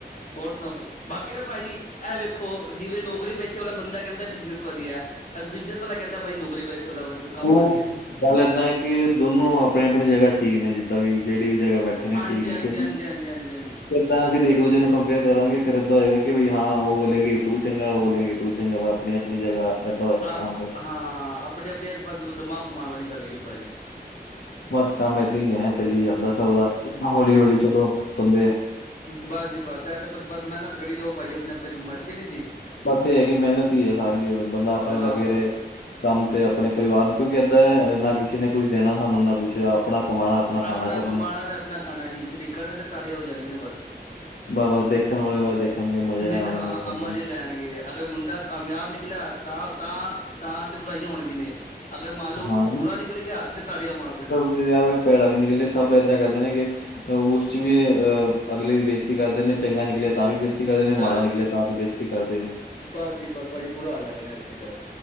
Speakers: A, on the left; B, on the left.
A: ਹੋਰ ਸੁਣਾਓ ਬਾਕੀ ਦਾ ਭਾਜੀ ਇਹ ਵੇਖੋ ਜਿਵੇਂ ਨੌਕਰੀ ਪੇਸ਼ੇ ਵਾਲਾ ਬੰਦਾ ਕਹਿੰਦਾ ਬਿਜ਼ਨਸ ਵਧੀਆ। ਔਰ ਬਿਜ਼ਨਸ ਵਾਲਾ ਕਹਿੰਦਾਂ ਭਾਈ ਨੌਕਰੀ ਪੈਸੇ ਵਾਲਾ ਵਧੀਆ। ਕੰਮ
B: ਉਹ
A: ਵਧੀਆ
B: ਗੱਲ ਏਦਾਂ ਹੈ ਕਿ ਦੋਨੋ ਆਪਣੀ ਆਪਣੀ ਜਗ੍ਹਾ ਠੀਕ ਨੇ ਜਿੱਦਾਂ ਵੀ ਜਿਹੜੀ ਵੀ ਜਗ੍ਹਾ ਬੈਠੇ ਕਿੱਥੇ ਨੇ
A: ਹਾਂਜੀ
B: ਠੀਕ ਨੇ
A: ਹਾਂਜੀ
B: ਕਿਉਂਕੀ
A: ਹਾਂਜੀ ਹਾਂਜੀ ਹਾਂਜੀ ਹਾਂਜੀ
B: ਤਾਂ ਅਸੀਂ ਇੱਕ ਦੂਜੇ ਨੂੰ ਕੰਪੇਅਰ ਕਰਾਂਗੇ ਫਿਰ ਏਦਾਂ ਹੋਏਗਾ ਕਿ ਵੀਈ ਹਾਂ ਉਹ ਬੋਲੇਗੀ ਤੂੰ ਚੰਗਾ ਉਹ ਬੋਲੇਗੀ ਤੂੰ ਚੰਗਾ ਵਾ ਆਪਣੀ ਆਪਣੀ ਜਗ੍ਹਾ ਏਦਾਂ ਹੋਏਗਾ
A: ਹਾਂ
B: ਕੰਮ ਫਿਰ
A: ਹਾਂ। ਆਪਣੇ ਆਪਣੇ ਆਸੇ ਪਾਸੇ ਦਿਮਾਗ ਘਮਾਉਣ ਵਾਲੀ ਗੱਲ ਹੈਗੀ ਆ ਭਾਜੀ
B: ਬੱਸ ਕੰਮ ਏਦਾਂ ਹੀ ਹੈ ਚੱਲੀ ਜਾਂਦਾ ਸੱਭ ਦਾ ਹੌਲੀ ਹੌਲੀ ਚਲੋ ਬੰਦੇ
A: ਬੱਸ ਜੀ ਬੱਸ ਇਹ ਤੇ ਪਰ ਬੱਸ ਮਿਹਨਤ ਕਰੀ ਜਾਓ ਭਾਜੀ ਆਪਣੇ ਆਪਣੇ ਕੰਮਾਂ ਚ ਕਿਨੀ ਜੀ।
B: ਬੱਸ ਇਹ ਹੈ ਕਿ ਮਿਹਨਤ ਹੀ ਹੈ ਸਾਰੀ ਬੰਦਾ ਆਪਣੇ
A: ਹਾਂ,
B: ਲੱਗੇ ਰਹੇ ਕੰਮ ਤੇ ਆਪਣੇ ਪਰਿਵਾਰ ਨੂੰ ਕਿਉਂਕਿ ਏਦਾਂ ਨਾ ਕਿਸੇ ਨੇ ਕੁੱਝ ਦੇਣਾ ਸਾਨੂੰ ਨਾ ਕੁੱਛ ਆਪਣਾ ਕਮਾਣਾ। ਖਾਣਾ
A: ਆਪਣਾ
B: ਸਭ
A: ਕਮਾਉਣਾ
B: ਨੇ
A: ਤੇ ਆਪਣਾ ਖਾਣਾ ਜੀ ਸਰੀਕਾਂ ਨੇ ਤੇ ਤਾੜੀਆਂ ਵਜਾਣੀਆਂ ਨੇ ਬੱਸ
B: ਬੱਸ - ਬੱਸ ਦੇਖਣ ਵਾਲੇ ਬੱਸ ਦੇਖਣਗੇ ਮਜ਼ੇ ਲੈਣ
A: ਦੇਖ
B: ਵਾਲੇ
A: ਹਾਂ
B: ਮਜ਼ੇ ਲੈਂਦੇ
A: ਅੰਮਾ ਜੇ
B: ਨੇ।
A: ਲੈਣਗੇ ਅਗਰ ਮੁੰਡਾ ਕਾਮਯਾਬ ਨਿਕਲਿਆ ਤਾਂ ਤਾਂ ਤਾਂ ਤਾਂ ਬੁਰਾਈਆਂ ਹੋਣਗੀਆ ਨੇ ਅਗਰ ਮੰਨ ਲਓ
B: ਹਾਂ
A: ਬੁਰਾ ਨਿਕਲ ਗਿਆ ਤੇ ਤਾੜੀਆਂ ਮਾਰਦੇ ਨੇ।
B: ਵਿਆਹ ਭੈੜਾ ਵੀ ਨਿਕਲੇ ਸਭ ਏਦਾਂ ਕਹਿੰਦੇ ਨੇ ਕਿ ਉਸ ਚ ਵੀ ਅਹ ਅਗਲੇ ਦੀ ਬੇਸਤੀ ਕਰਦੇ ਨੇ ਚੰਗਾ, ਨਿਕਲਿਆ ਤਾਂ ਵੀ ਬੇਤੀ ਕਰਦੇ ਨੇ
A: ਤਾਂ
B: ਮਾੜਾ ਨਿਕਲਿਆ ਤਾਂ ਤੇ ਬੇਸਤੀ ਕਰਦੇ ਨੇ,
A: ਬਸ ਜੀ ਬਸ ਭਾਅ ਜੀ ਬੁਰਾ ਹਾਲ ਲਗਾ ਇਸ ਚੀਜ਼,